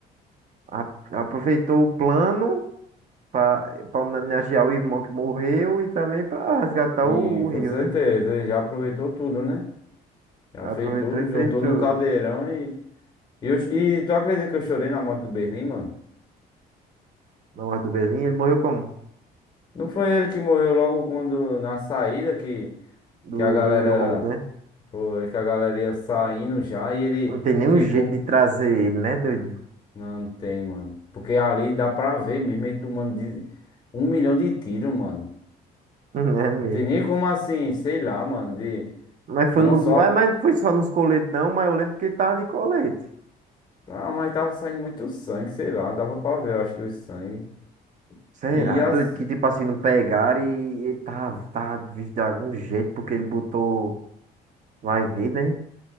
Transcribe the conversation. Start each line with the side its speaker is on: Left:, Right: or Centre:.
Right: a- aproveitou o plano para homenagear o irmão que morreu e também para resgatar
Left: Sim,
Right: o o
Left: com
Right: Rio,
Left: certeza,
Right: né?
Left: ele já aproveitou tudo, né? Já
Right: Aproveitou
Left: fez tudo,
Right: e fez
Left: juntou
Right: tudo.
Left: num caldeirão e. E, eu- e tu acredita que eu chorei na morte do Berlim, mano?
Right: Na morte do Berlim ele morreu como?
Left: Não foi ele que morreu logo quando na saída que,
Right: Do
Left: que a galera
Right: primeiro roubo, né?
Left: foi que a galera ia saindo já e ele
Right: Não tem nenhum
Left: ficou.
Right: jeito de trazer ele, né, doido?
Left: Não, não tem, mano. Porque ali dá pra ver mesmo ele tomando de- um milhão de tiros, mano.
Right: <laughs> É mesmo.
Left: Não tem nem como assim, sei lá, mano. De...
Right: Mas foi
Left: Não
Right: no...
Left: só.
Right: vai- mas não foi só nos coletes, não, mas eu lembro que ele tava de colete.
Left: Ah, mas tava saindo muito sangue, sei lá. Dava pra ver, eu acho que o sangue.
Right: Será,
Left: E as.
Right: doido? Que tipo assim, não pegaram e ele tava, tava visto de algum jeito, porque ele botou. Vai ver, né?